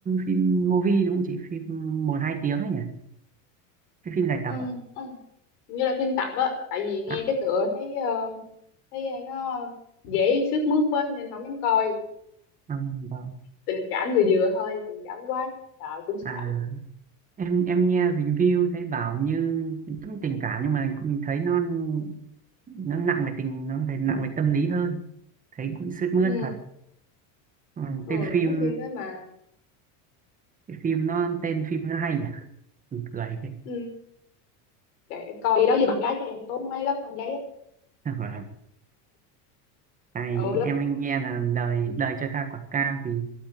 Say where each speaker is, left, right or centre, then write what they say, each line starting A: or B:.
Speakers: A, on the right; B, on the left.
A: phim movie đúng không chị phim một hai tiếng ấy nhỉ cái phim dài
B: ừ,
A: tập à,
B: ừ. như là phim tập á tại vì nghe
A: à,
B: cái tựa thấy ờ, thấy ờ, nó dễ sướt mướt quá nên không dám coi
A: à vâng.
B: tình cảm vừa vừa thôi tình cảm quá sợ cũng sợ
A: À, em em nghe review thấy bảo như cũng tình cảm nhưng mà cũng thấy nó nó nặng về tình nó thấy nặng về tâm lý hơn thấy cũng sướt mướt
B: ừ
A: thật ừ,
B: ừ
A: tên phim
B: mấy phim đó mà
A: cái phim nó tên phim nó hay nhỉ mình cười cái
B: ừ, kệ, coi đi đó với bạn gái cho em mới tốn mấy lớp khăn giấy á
A: Vâng. Ai,
B: ừ lớp
A: em anh nghe là đời đời cho ta quả cam thì